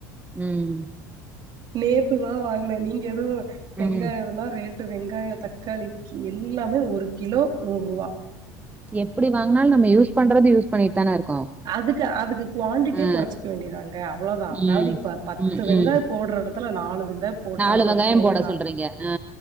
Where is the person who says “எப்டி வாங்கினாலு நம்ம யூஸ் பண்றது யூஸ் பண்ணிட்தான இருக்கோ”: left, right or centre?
Right